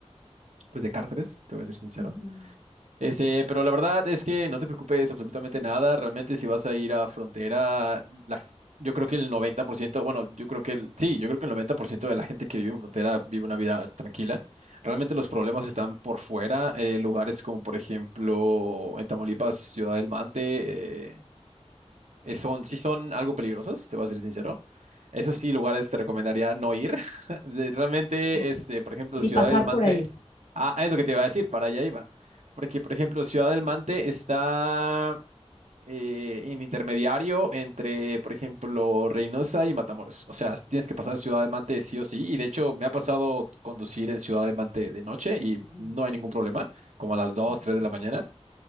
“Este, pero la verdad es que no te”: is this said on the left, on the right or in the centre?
Right